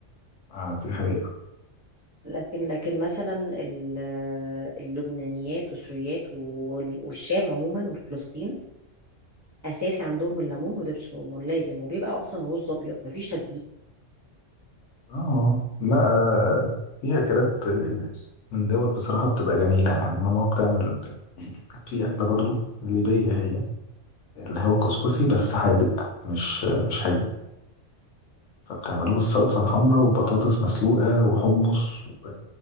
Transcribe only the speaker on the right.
لكن لكن مثلا ال- اللبنانيات والسوريات وال- والشام عموما والفلسطين اساسي عندهم الليمون ودبس الرمان لازم وبيبقى اصلا رز ابيض مفيش تسبيك